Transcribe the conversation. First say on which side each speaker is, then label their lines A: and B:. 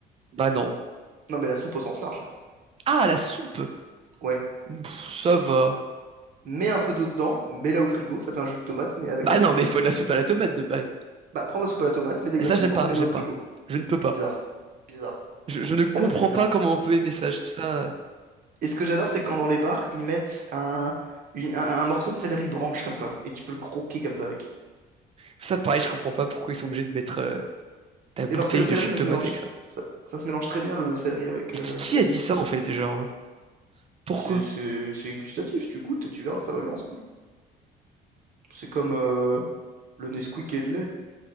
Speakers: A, on the right; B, on the right.
A: bah non.
B: Non mais la soupe au sens large. hein.
A: Ah, la soupe.
B: Ouais.
A: Pff, ça va.
B: mets un peu d'eau dedans, mets-la au frigo, ça fait un jus de tomate, mais avec
A: Bah
B: un
A: non,
B: autre goût.
A: mais il faut de la soupe à la tomate de base.
B: Bah, prends de la soupe à la tomate, mets des glaçons
A: Et ça, j'aime
B: dedans,
A: pas,
B: mets-la
A: j'aime
B: au frigo.
A: pas. Je ne peux pas.
B: Bizarre. Bizarre.
A: Je, je ne comprends
B: Ouais, ça c'est bizarre.
A: pas comment on peut aimer ça. Je trouve ça, je
B: Et ce que j'adore, c'est quand dans les bars, ils mettent un, une- un, un morceau de céleri branche comme ça, et tu peux le croquer comme ça avec.
A: trouve ça pareil, je comprends pas pourquoi ils sont obligés de mettre euh, ta bouteille
B: Mais parce que le céleri,
A: de jus
B: ça
A: de tomate
B: se mélange,
A: avec ça.
B: ça, ça se mélange très bien le céleri avec.
A: Et
B: euh,
A: qui, qui a dit ça en fait? Genre, euh, pourquoi?
B: C'est c'est-
A: <laughs>
B: c'est gustatif, tu goûtes et tu verras que ça va bien ensemble. C'est comme euh, le Nesquik et le lait.